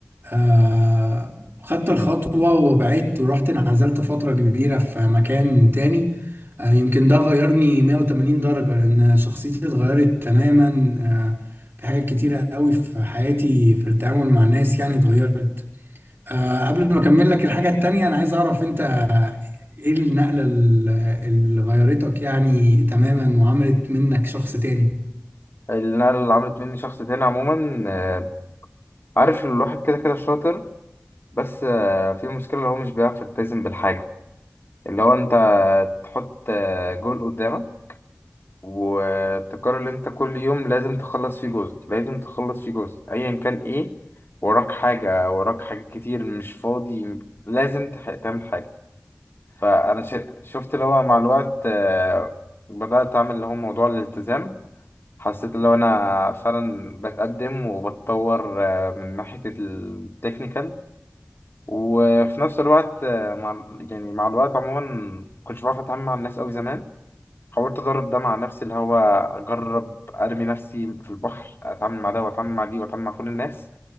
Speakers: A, on the right; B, on the left.
A: آه، خدت الخطوة وبعدت ورحت انعزلت فترة كبيرة في مكان تاني آه، يمكن ده غيرني 180 درجة لأن شخصيتي اتغيرت تماما آه، في حاجات كتيرة قوي في حياتي في التعامل مع الناس يعني اتغيرت آه، قبل ما أكمل لك الحاجة التانية أنا عايز أعرف أنت إيه النقلة ال- اللي غيرتك يعني تماما وعملت منك شخص تاني؟
B: النقلة اللي عملت مني شخص تاني عموما آه، عارف إن الواحد كده كده شاطر بس آه، في مشكلة اللي هو مش بيعرف يلتزم بالحاجة اللي هو انت تحط آه، جول قدامك وتكرر اللي انت كل يوم لازم تخلص فيه جزء لازم تخلص فيه جزء ايا كان ايه وراك حاجة وراك حاجات كتير مش فاضي لازم تح- تعمل حاجة فانا ش- شفت اللي هو مع الوقت آه، بدأت اعمل اللي هو موضوع الالتزام حسيت اللي هو انا فعلا بتقدم وبتطور آه، من ناحية التكنيكال وفي نفس الوقت آه، مع يعني مع الوقت عموما كنتش بعرف اتعامل مع الناس قوي زمان حاولت ادرب ده مع نفسي اللي هو اجرب ارمي نفسي في البحر اتعامل مع ده واتعامل مع دي واتعامل مع كل الناس